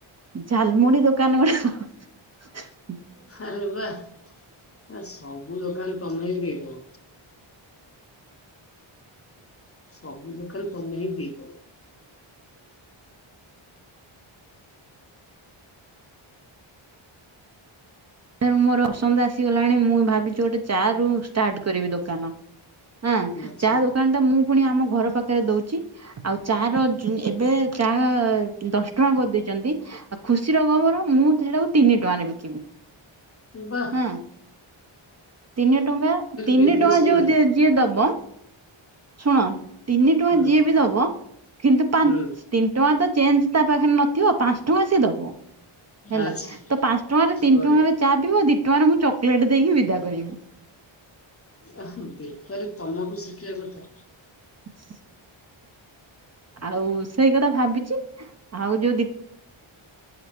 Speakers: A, on the right; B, on the left.
A: ଝାଲମୁଢ଼ି ଦୋକାନ ଗୋଟେ
B: ଆରେ ବା ସବୁ ଦୋକାନ ତମେ <unintelligible> ହଁ। ସବୁ <unintelligible> ତମେ ହିଁ ପିଇଦବ।
A: ସାର ମୋର ଅସନ୍ଦ ଆସିଗଲାଣି ମୁଁ ଭାବିଛି ଗୋଟେ ଚାର ରୁ ଷ୍ଟାର୍ଟ କରିବି ଦୋକାନ। ହଁ
B: ଆଚ୍ଛା
A: ଚା ଦୋକାନ ଟା ମୁଁ ପୁଣି ଆମ ଘର ପାଖ ରେ ଦଉଛି ଆଉ ଚା ର ଏବେ ଚା ଦଶ ଟଙ୍କା କରିଦେଇଛନ୍ତି। ଖୁସି ର ଖବର ମୁଁ ଥେଟାକୁ ତିନି ଟଙ୍କାରେ ବିକିବି।
B: ବାହ
A: ହଁ ତିନି ଟଙ୍କା ତିନି
B: ବିଜନେସ୍
A: ଟଙ୍କା
B: ଓମେନ୍
A: ଯୋଉ ଯିଏ ଯିଏ ଦବ। ଶୁଣ ତିନି ଟଙ୍କା
B: ହୁଁ
A: ଯିଏ ବି ଦବ କିନ୍ତୁ ପଞ୍ଚ
B: ହୁଁ
A: ତିନି ଟଙ୍କା ତ ଚେଞ୍ଜ ତା ପାଖରେ ନଥିବ ପାଞ୍ଚ ଟଙ୍କା ସିଏ ଦବ ହେଲା
B: ଆଚ୍ଛା।
A: ତ ପାଞ୍ଚ ଟଙ୍କାରେ ତିନି
B: ବଢିଆ
A: ଟଙ୍କାରେ ଚା ପିବ ଦି ଟଙ୍କାରେ ମୁଁ ଚକୋଲେଟ ଦେଇକି ବିଦା କରିବି।
B: ଆ ବେପାରୀ ତମଠୁ ଶିଖିବା କଥା।
A: <inaudible> ଆଉ ସେଇ କଥା ଭାବିଛି ଆଉ ଯୋଉ ଦି